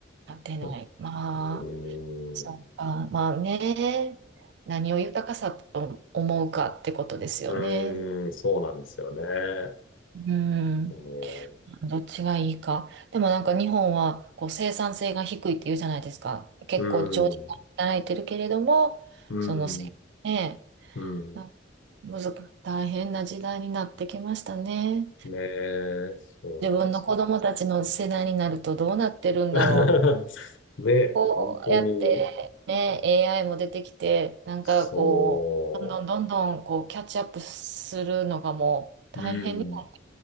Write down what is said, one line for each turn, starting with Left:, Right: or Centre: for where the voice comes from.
Right: なってない。
Left: <laughs>
Right: まあ、
Left: うん。うー
Right: そうか、
Left: ん。
Right: まあね、何を豊かさと思うかってことですよね。
Left: うーん、そうなんですよね。う
Right: うん
Left: ーん。
Right: どっちがいいか。でもなんか日本はこう生産性が低いって言うじゃないですか。結構長時間働いてるけれども、
Left: うーん。うー
Right: そのせ、
Left: ん。
Right: ね
Left: うん
Right: え、なむずか、大変な時代になってきましたね。
Left: ねえ、そうなんですよ。
Right: 自分の子供たちの世代になるとどうなってるんだろう。
Left: <laughs> ねえ、
Right: こうやってね、
Left: 本当に、
Right: AI も出てきて、なんかこう、
Left: そ
Right: どんどんどんどんこうキャッチアップするのがもう大変になっ
Left: う。うん。